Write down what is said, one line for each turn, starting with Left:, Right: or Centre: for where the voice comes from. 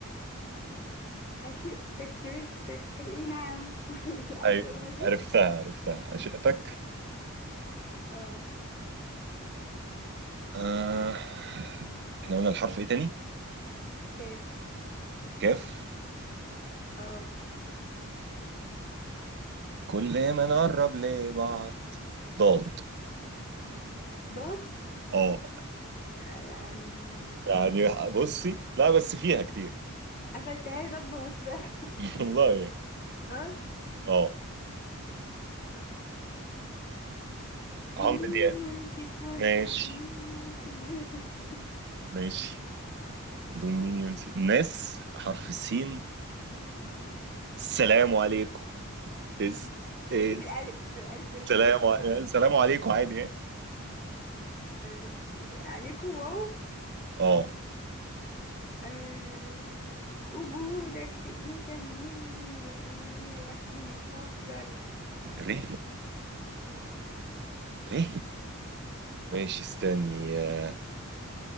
Left: عشقتك كرهتك مش عارفة ايه نعم <laughs> مش عارفة
Right: ايوه
Left: الأغنية دي
Right: عرفتها عرفتها عشقتك
Left: اه
Right: آه. احنا قلنا الحرف ايه تاني
Left: كاف
Right: كاف
Left: اه
Right: كل ما نقرب لبعض ضاد
Left: ضاد
Right: اه
Left: يعني
Right: يعني بصي لا بس فيها كتير
Left: قفلتها لي ضب مفرح
Right: <laughs> والله يعني
Left: ضاد
Right: اه
Left: دوميني
Right: عمرو دياب
Left: وانسي الدنيا
Right: ماشي
Left: دوميني وانسي الناس <laughs>
Right: ماشي دول مين ينسي ناس حرف السين
Left: مين اه
Right: السلام عليكم اس اس
Left: لا، دي بالألف بالألف واللام
Right: سلام
Left: لا
Right: ع-
Left: معلش
Right: سلام عليكم عادي يعني
Left: ماشي عليكم واو
Right: اه
Left: أه وجودك شيء ما يكملني لأني لوحدي مش هقدر
Right: ره
Left: اه
Right: ره ماشي استني آه،